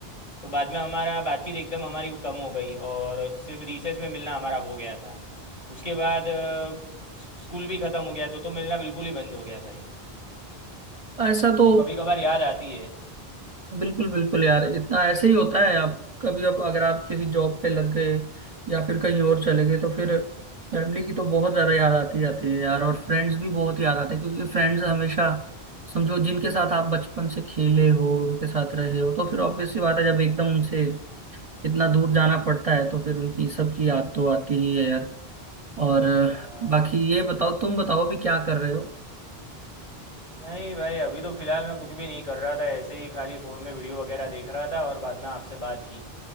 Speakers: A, on the left; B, on the right.
A: तो बाद में हमारा बातचीत एकदम हमारी कम हो गई और सिर्फ रिसेस में मिलना हमारा हो गया था उसके बाद अ, स्कूल भी ख़त्म हो गया तो तो मिलना बिल्कुल ही बंद हो गया भाई
B: ऐसा तो
A: तो कभी कभार याद आती है
B: बिल्कुल बिल्कुल यार इतना ऐसे ही होता है आप कभी अब अगर आप किसी जॉब पे लग गए या फिर कहीं और चले गए तो फिर फैमिली की तो बहुत ज्यादा याद आती जाती है यार और फ्रेंड्स भी बहुत याद आते हैं क्योंकि फ्रेंड्स हमेशा समझो जिनके साथ आप बचपन से खेले हो उनके साथ रहे हो तो फिर ऑब्वियस सी बात है जब एकदम उनसे इतना दूर जाना पड़ता है तो फिर उनकी सबकी याद तो आती ही है यार और अ,
A: हाँ
B: बाकी
A: भाई
B: ये बताओ तुम बताओ अभी क्या कर रहे हो
A: नहीं भाई अभी तो फ़िलहाल मैं कुछ भी नहीं कर रहा था ऐसे ही खाली फ़ोन में वीडियो वगैरह देख रहा था और बाद में आपसे बात की